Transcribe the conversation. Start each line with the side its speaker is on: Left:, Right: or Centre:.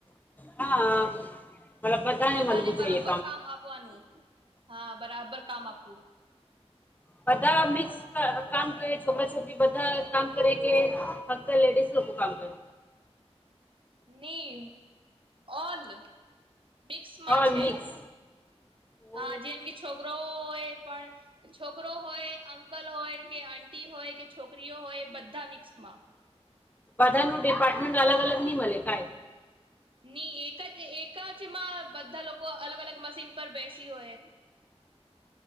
Left: હા મતલબ
Right: બધાને
Left: મળવું જોઈએ
Right: બરોબર કામ આપવાનું હા બરાબર. કામ આપું.
Left: બધા મિક્સ ક કામ કરે છોકરા છોકરી બધા કામ કરે કે ફક્ત લેડીસ લોકો કામ કરે.
Right: ની ઓલ. મિક્સમાં
Left: ઓલ
Right: છે
Left: મિક્સ ઓ
Right: હા જેમ કે છોકરાઓ હોય પણ છોકરો હોય. અંકલ હોય કે આટી હોય કે છોકરીઓ હોય બધા મિક્સમાં.
Left: બધા ન ડિપાર્ટમેન્ટ અલગ અલગ નહી મળે કાય?
Right: નહી એક જ એક. કજ એમાં બધા લોકો અલગ અલગ મશીન પર બેસી હોય.